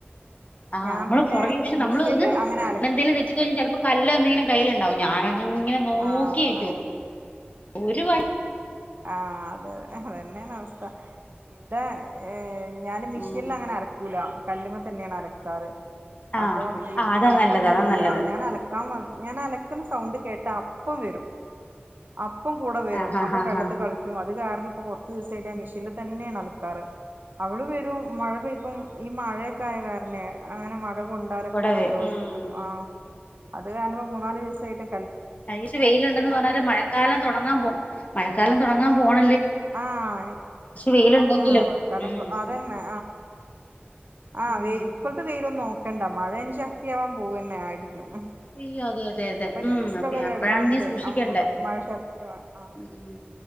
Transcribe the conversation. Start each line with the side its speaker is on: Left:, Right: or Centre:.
Left: ആഹ്
Right: ഞാൻ
Left: നമ്മള്
Right: പിന്നെ
Left: പൊറകി പക്ഷേ നമ്മള്
Right: മിഷ്യനില്
Left: ഒന്ന്
Right: അങ്ങനെ
Left: <unintelligible>
Right: അല
Left: കല്ലെന്തേലും കയ്യിലു ണ്ടാവും ഞാനാ ഇങ്ങനെ നോക്കി
Right: ആഹ്
Left: ഇരിക്കും
Right: അതെ
Left: ഒരു വ
Right: ആഹ് അതെ അതെ അത് തന്നെയാണ് അവസ്ഥ ഇവിടെ ഞാന് മിഷ്യനില്
Left: ഉം
Right: അങ്ങനെ അലക്കൂല കല്ലുമ്മേ തന്നെയാണ് അലക്കാറ്
Left: ആഹ്
Right: അപ്പോൾ
Left: ആഹ് അതാ
Right: ഇപ്പ
Left: നല്ലത്
Right: എന്താ
Left: അതാ
Right: ചെയ്യാ
Left: നല്ലത്
Right: ഞാൻ അലക്കാൻ വന്ന് ഞാൻ അലക് ക്കുന്ന സൗണ്ട് കേട്ട അപ്പം വരും അപ്പം കൂടെ വരും
Left: ആഹ് ആഹ്
Right: അപ്പ
Left: ആഹ്
Right: വെള്ളത്തി
Left: ആഹ്
Right: ത്തിൽ കളിക്കും അത് കാരണം കുറച്ചു ദിവസായിട്ട് ഞാൻ മിഷ്യനിൽ തന്നെയാണ് അലക്കാറ് അവള് വരും മഴ പെയ്പ്പും ഈ മഴ ഒക്കെ ആയ കാരണവേ അങ്ങനെ മ ഴ കൊണ്ടാലൊക്കെ
Left: കുട വരും
Right: ജലദോഷം
Left: ഉം
Right: വരും അത് കാരണം മൂന്നാലു ദിവസം ആയിട്ട്
Left: കഴിഞ്ഞിച്ചിരി വെയ്ലുണ്ടെന്നു പറഞ്ഞാലും മഴക്കാലം തൊടങ്ങാൻ പൊ ഴക്കാലം തൊടങ്ങാൻ പോണ
Right: ആഹ്
Left: വെയിലുണ്ടെങ്കിലും
Right: ആഹ് മഴക്കാലം
Left: ഉം
Right: അതെന്നെ ആഹ്
Left: ഉം
Right: വെയില് ഇപ്പോഴത്തെ വെയില് ഒന്നോ ക്കണ്ട മഴയിനി ശക്തിയാകാൻ പൊ പോവന്നെ ആയിരിക്കും
Left: അയ്യോ അതെ അതെ അതെ
Right: ഇപ്പ
Left: ഉം
Right: ന്യൂസിലൊക്കെ
Left: അപ്പ
Right: കേൾക്കാറുണ്ട്
Left: അപ്പഴാണ് നീ സൂക്ഷിക്കേണ്ടേ
Right: മഴ ശക്തി ആവാൻ ആഹ്
Left: ഉം